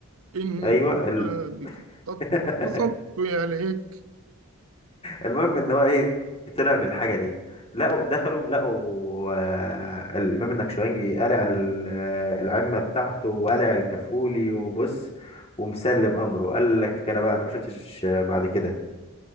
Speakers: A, on the right (about 70°); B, on the left (about 25°).
A: ان
B: ايوه ال...
A: بك قد
B: <laughs>
A: قصدت عليك
B: المهم ان هو ايه طلع بالحاجه دي لقوا دخلوا لقوا آه، الامام النكشوانجي قلع ال- آه، العمه بتاعته وقلع الكفولي وبص ومسلم امره قال لك انا بقى انا ما شفتش بعد كده